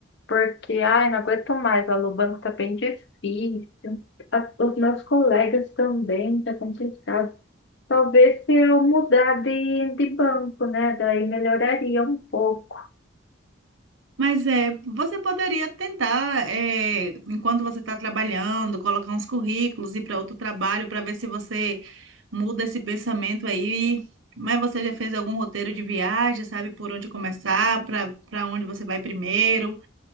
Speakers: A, on the left (about 60°); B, on the right (about 75°).
A: Porque, ai, não aguento mais, a Lubanco tá bem difícil. As- os meus colegas também, tá complicado. Talvez se eu mudar de, de banco, né? Daí melhoraria um pouco.
B: Mas é, você poderia tentar, é, enquanto você está trabalhando, colocar uns currículos, ir para outro trabalho para ver se você muda esse pensamento aí. Mas você já fez algum roteiro de viagem, sabe por onde começar, para para onde você vai primeiro?